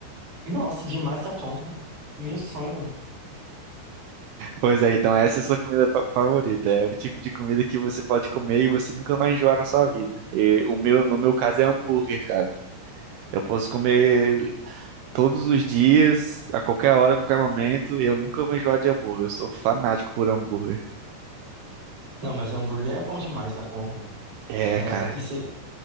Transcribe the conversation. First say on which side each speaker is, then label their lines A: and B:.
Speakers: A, on the right; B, on the right.
A: Nossa, demais da conta. Meu sonho.
B: Pois é, então essa é a sua comida fa- favorita. É o tipo de comida que você pode comer e você nunca vai enjoar na sua vida. E o meu, no meu caso, é hambúrguer, cara. Eu posso comer todos os dias, a qualquer hora, a qualquer momento, e eu nunca vou enjoar de hambúrguer. Eu sou fanático por hambúrguer.
A: Não, mas hambúrguer é bom demais da conta.
B: É,
A: É,
B: cara.
A: e você